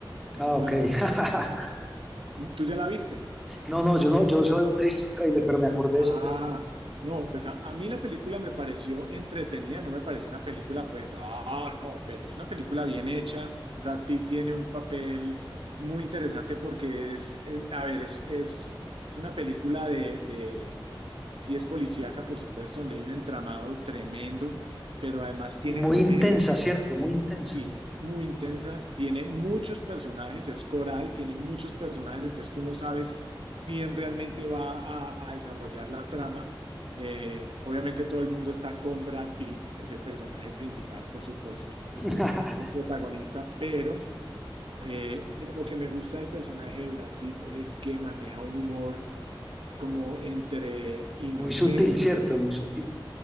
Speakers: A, on the right; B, in the centre.
A: es
B: Ah,
A: uno
B: ok.
A: de los
B: <laughs>
A: personajes. ¿Tú ya la viste?
B: No, no, yo no, yo solamente he visto el tráiler, pero me acordé de
A: Ah,
B: esa película.
A: no, pues a, a mí la película me pareció entretenida, no me pareció una película, pues, ah, no, pero es una película bien hecha. Brad Pitt tiene un papel muy interesante porque es, es- a ver, es, es, es una película de, de, sí es policíaca, por supuesto, donde hay un entramado tremendo, pero además tiene
B: Y muy
A: comedia.
B: intensa, ¿cierto? Muy intensa.
A: Sí, muy intensa, tiene muchos personajes, es coral, tiene muchos personajes, entonces tú no sabes quién realmente va a, a desarrollar la trama. Eh, obviamente todo el mundo está con Brad Pitt, es el personaje principal, por supuesto,
B: <laughs>
A: es, es el protagonista, pero eh, lo que me gusta del personaje de Brad Pitt es que maneja un humor como entre inocencia
B: Muy sutil, ¿cierto? Muy sutil.